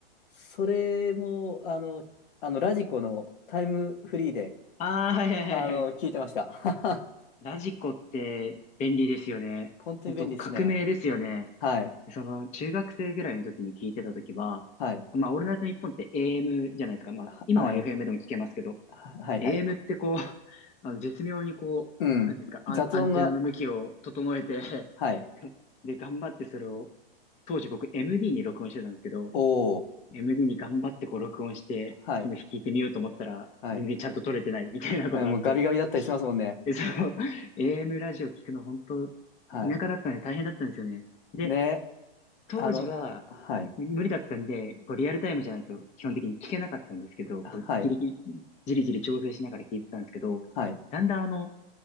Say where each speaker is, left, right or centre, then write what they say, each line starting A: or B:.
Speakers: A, on the left; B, on the left.
A: それも、あの、あの、ラジコのタイムフリーで、
B: ああ、はいはいはいはい。
A: あの、聞いてました。
B: ラジコって便利ですよね。
A: <laughs> 本当に便利ですね。
B: 本当革命ですよね。
A: はい。
B: その、中学生ぐらいの時に聞いてた時は、
A: はい。
B: まあ、オールナイトニッポンって AM じゃないですか。まあ、
A: ははい。
B: 今は FM でも聞けますけど、
A: ははい。
B: AM
A: はい。
B: ってこう、<laughs> あの絶妙にこう、
A: うん。
B: なんていうんですか、アン、
A: 雑音が、
B: アンテナの向きを整えて
A: はい。
B: <laughs> で、頑張ってそれを当時僕 MD に録音してたんですけど、
A: おー。
B: MD に頑張ってこう録音して、
A: はい。
B: 次の日聞いてみようと思ったら、
A: はい。
B: 全然ちゃんと撮れてないみたいなことあって。
A: えーもうガビガビだったりしますもんね。
B: <laughs> で、そう、<laughs> AM ラジオ聞くの本当、
A: はい。
B: 田舎だったんで大変だったんですよね。で、
A: で、
B: 当時は無理だったんで、
A: あの、はい、
B: こうリアルタイムじゃないと基本的に聞けなかったんですけど、
A: はい、
B: こうギリギリ、じりじり調整しながら聞いてたんですけど、
A: はい。
B: だんだんあの、